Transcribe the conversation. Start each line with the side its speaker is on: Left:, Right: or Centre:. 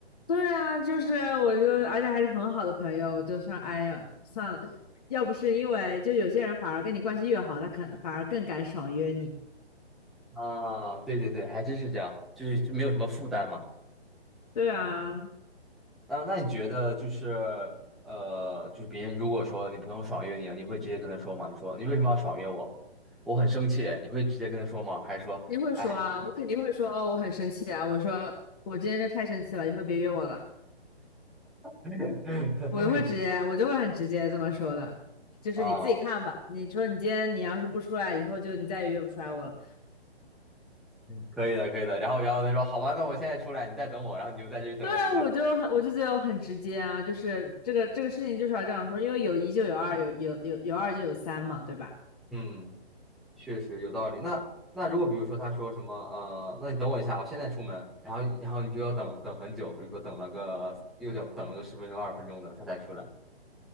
Left: 对啊，就是我就，而且还是很好的朋友，我就说，哎呀，算了，要不是因为就有些人反而跟你关系越好，他肯反而更敢爽约你。
Centre: 啊，对对对，还真是这样，就是没有什么负担嘛。
Left: 对啊，
Centre: 那那你觉得就是呃，就别人如果说你朋友爽约你了，你会直接跟他说吗？你说你为什么要爽约我？我很生气，你会直接跟他说吗？还是说，
Left: 你会说啊，
Centre: 哎，
Left: 我肯定会说哦，我很生气啊，我说我今天这太生气了，以后别约我了，
Centre: <laughs> 你
Left: 我就会直接，我就会很直接这么说的，就是你自己看吧，
Centre: 啊，
Left: 你说你今天你要是不出来，以后就你再也约不出来我了。
Centre: 可以的，可以的。然后然后他说好吧，那我现在出来，你再等我，然后你就在这里等了很久。
Left: 对啊，我就很，我就觉得我很直接啊，就是这个这个事情就是要这样说，因为有一就有二，有有有有二就有三嘛，对吧？
Centre: 嗯。确实有道理。那那如果比如说他说什么呃，那你等我一下，我现在出门，然后然后你就要等等很久，比如说等了个又等等了个十分钟二十分钟的，他才出来，